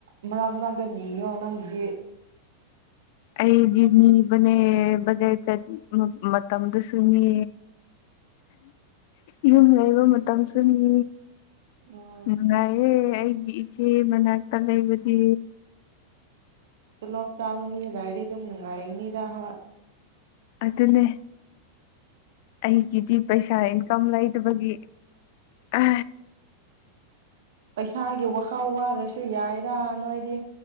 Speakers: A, on the right (about 60°); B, on the left (about 50°).
A: ꯃꯔꯛ ꯃꯔꯛꯇ ꯅꯤꯌꯣ ꯅꯪꯗꯤ
B: ꯑꯩꯗꯤ ꯅꯤꯕꯅꯦ ꯕꯖꯔ ꯆꯠ ꯃꯇꯝꯗꯨꯁꯨꯅꯤ ꯌꯨꯝ ꯂꯩꯕ ꯃꯇꯝꯁꯨꯅꯤ
A: ꯑꯥ
B: ꯎ ꯑꯦꯦ ꯑꯩ ꯏꯆꯦ ꯃꯅꯦ ꯀ ꯂꯩꯕꯤ
A: ꯇꯣꯂꯣꯞ ꯆꯥꯕ ꯃꯤꯒꯥꯏꯔꯗꯤ ꯑꯗꯨꯝ ꯅꯨꯡꯉꯥꯏꯒꯅꯤꯗ ꯍ
B: ꯑꯗꯨꯅꯦ ꯑꯩ ꯀ ꯏ ꯇꯤ ꯄꯩꯁꯥ ꯏꯟꯀꯝ ꯂꯥꯏꯠꯕꯒꯤ ꯑ
A: ꯄꯩꯁꯥꯒꯤ ꯋꯥꯈꯥꯎ ꯋꯥꯗ꯭ꯔꯁꯨ ꯌꯥꯏꯔꯥ ꯅꯣꯏꯗꯤ